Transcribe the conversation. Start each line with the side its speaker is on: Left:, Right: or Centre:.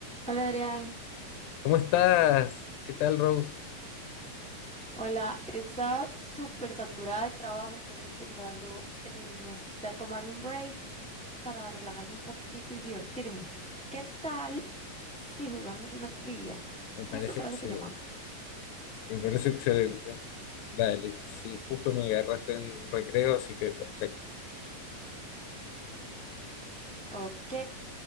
Centre: Hola Adrián,
Left: ¿Cómo estás? ¿Qué tal, Rose?
Centre: hola, estaba súper saturada de trabajo, entonces pensando en hacer- de tomarme un break para relajarme un poquito y divertirme. ¿Qué tal si jugamos una trivia?
Left: Me parece
Centre: Justo para
Left: excelente.
Centre: eso te llamaba.
Left: Me parece excelente. Dale, sí, justo me agarraste en recreo, así que perfecto.
Centre: Ok,